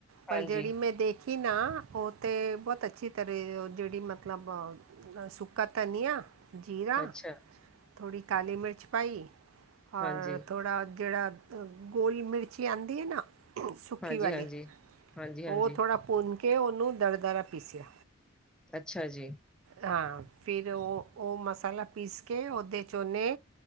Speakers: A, on the right; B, in the centre.
A: ਪਰ
B: ਹਾਂਜੀ
A: ਜਿਹੜੀ ਮੈਂ ਦੇਖੀ ਨਾ, ਓਹ ਤੇ ਬੌਤ ਅੱਛੀ ਘਰੇ ਜਿਹੜੀ ਮਤਲਬ ਅ ਸੁੱਕਾ ਧਨੀਆ, ਜੀਰਾ।
B: ਅੱਛਾ
A: ਥੋੜ੍ਹੀ ਕਾਲੀ ਮਿਰਚ ਪਾਈ। ਔਰ,
B: ਹਾਂਜੀ
A: ਥੋੜਾ ਜਿਹੜਾ ਗੋਰੀ ਮਿਰਚੀ ਆਂਦੀ ਏ ਨਾ ਸੁੱਕੀ
B: ਹਾਂਜੀ-ਹਾਂਜੀ,
A: ਵਾਲੀ,
B: ਹਾਂਜੀ-ਹਾਂਜੀ,
A: ਔਹ ਥੋੜ੍ਹਾ ਭੁੰਨ ਕੇ, ਉਹਨੂੰ ਦਰ-ਦਰਾ ਪੀਸਿਆ।
B: ਅੱਛਾ ਜੀ।
A: ਹਾਂ, ਫਿਰ ਉਹ-ਉਹ ਮਸਾਲਾ ਪੀਸ ਕੇ, ਔਦੇ ਚ ਓਨੇ